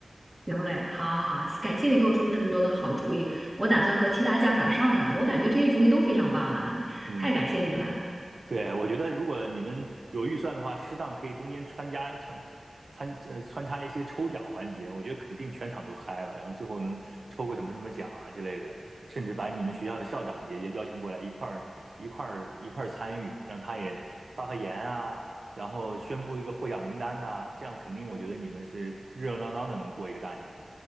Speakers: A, on the right (about 20°); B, on the right (about 75°).
A: 行嘞，好好好，感谢你给我出这么多的好主意，我打算和其他家长商量商量。我感觉这些主意都非常棒啊，
B: 嗯。
A: 太感谢你了。
B: 对，我觉得如果你们有预算的话，适当可以中间穿插穿参呃穿插一些抽奖环节，我觉得肯定全场都嗨了，然后最后能抽个什么什么奖啊之类的，甚至把你们学校的校长也也邀请过来一块儿一块儿一块儿参与，让他也发发言啊，然后宣布一个获奖名单呐、这样肯定我觉得你们是热热闹闹的能过一个大年。